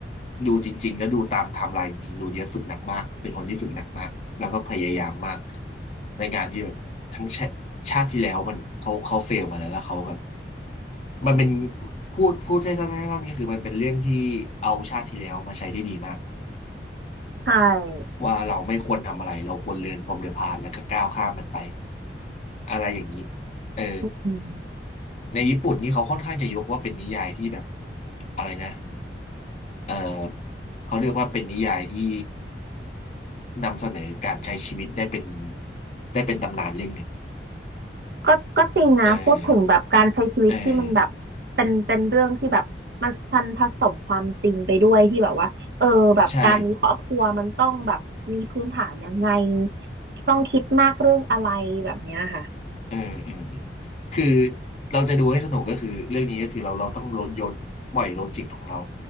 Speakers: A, on the left; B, on the right.
A: ดูจริงๆแล้วดูตามไทม์ไลน์จริงๆดูเดียสฝึกหนักมากเป็นคนที่ฝึกหนักมากแล้วก็พยายามมากในการที่แบบทั้งชาชาติที่แล้วมันเขาเขาเฟลมาแล้วแล้วเขาแบบมันเป็นพูดพูดให้สั้นๆก็คือมันเป็นเรื่องที่เอาชาติที่แล้วมาใช้ได้ดีมาก
B: ใช่
A: ว่าเราไม่ควรทำอะไรเราควรเรียน from the past แล้วก็ก้าวข้ามมันไปอะไรอย่างนี้เออ
B: อืม
A: ในญี่ปุ่นนี่เขาค่อนข้างจะยกว่าเป็นนิยายที่แบบอะไรนะเออเขาเรียกว่าเป็นนิยายที่นำเสนอการใช้ชีวิตได้เป็นได้เป็นตำนานเรื่องหนึ่ง
B: ก็ก็จริงนะพูดถึงแบบการใช้ชีวิตที่มันแบบเป็นเป็นเรื่องที่แบบมันพันผสมความจริงไปด้วยที่แบบว่าเออแบบการมีครอบครัวมันต้องแบบมีพื้นฐานยังไง
A: เออเออใช่
B: ต้องคิดมากเรื่องอะไรแบบเนี้ยค่ะ
A: เออเออเออคือเราจะดูให้สนุกก็คือเรื่องนี้ก็คือเราเราต้องลดโยนปล่อยโลจิกของเรา